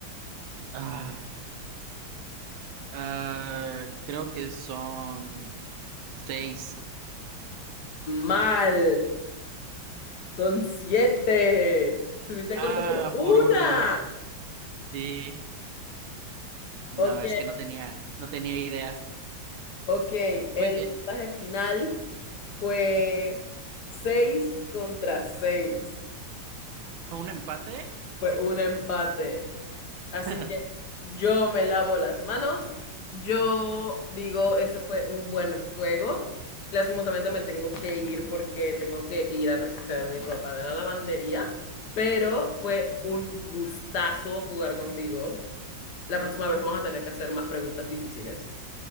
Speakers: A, on the right; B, on the left.
A: Ah, ah, creo que son seis.
B: Mal. Son siete. Subiste
A: Ah,
B: corto por una.
A: por uno. Sí. No,
B: Ok,
A: es que no tenía, no tenía idea.
B: ok.
A: Muy
B: El
A: bien.
B: puntaje final fue seis contra seis.
A: ¿Fue un empate?
B: Fue un empate. Así
A: <laughs>
B: que yo me lavo las manos. Yo digo, este fue un buen juego. Lastimosamente me tengo que ir porque tengo que ir a recoger mi ropa de la lavandería, pero fue un gustazo jugar contigo. La próxima vez vamos a tener que hacer más preguntas difíciles.